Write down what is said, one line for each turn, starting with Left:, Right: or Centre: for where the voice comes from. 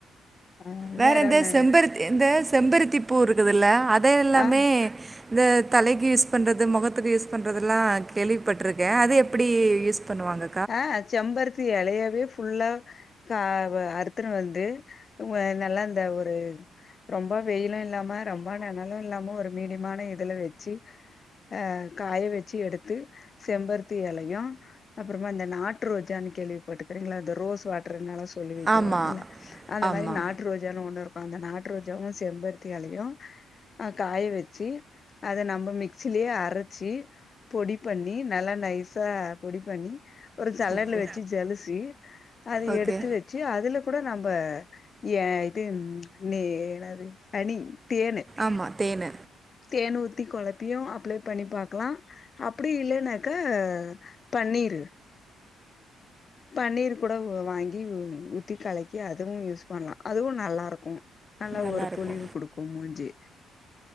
Left: ஆ
Right: வேற எந்த
Left: என்ன
Right: செம்பருத்தி இந்த செம்பருத்தி பூ இருக்குதுல்ல அத எல்லாமே
Left: ஆ
Right: இந்த தலைக்கு யூஸ் பண்றது முகத்துக்கு யூஸ் பண்றதுலா கேள்விப்பட்டிருக்கே அத எப்டி யூஸ் பண்ணுவாங்க
Left: ஆ செம்பருத்தி இலையவே ஃபுல்லா கா அறுத்துன்னு வந்து உ நல்லாந்த ஒரு ரொம்ப வெயிலு இல்லாம ரொம்ப நெணலு இல்லாம ஒரு மீடியமான இதுல வச்சு அ காய வச்சு எடுத்து செம்பருத்தி இலையு அப்றமா இந்த நாட்டு ரோஜான்னு கேள்வி பட்டுக்கறீங்களா அ இந்த ரோஸ் வாட் ரெண் நாளா சொல்லி வைக்கிறவாங்கல்ல
Right: ஆமா
Left: அந்த
Right: ஆமா
Left: மாரி நாட்டு ரோஜானு ஒண்ணு இருக்கு அந்த நாட்டு ரோஜாவு செம்பருத்தி எலையு ஆ காய வச்சு அத நம்ம மிக்சிலயே அரைச்சி பொடி பண்ணி நல்லா நைஸா பொடி பண்ணி ஒரு சலன்ன
Right: ஓகே
Left: வச்சு ஜலுச்சி அத
Right: ஓகே
Left: எடுத்து வச் சு அதுல கூட நம்ம ஏ இது நே என்னது ஹனி தேனு
Right: ஆமா தேனு
Left: தேன் ஊத்தி கொழப்பியு அப்ளை பண்ணி பாக்கலா அப்டி இல்லைன்னாக்க பன்னிரு பன்னீர் கூட வாங்கி ஊத்தி கலக்கி அதுவு யூஸ் பண்லா அதுவு நல்லாருக்கு நல்ல
Right: நல்லாருக்கு
Left: ஒரு பொளிவு குடுக்கு மூஞ்சு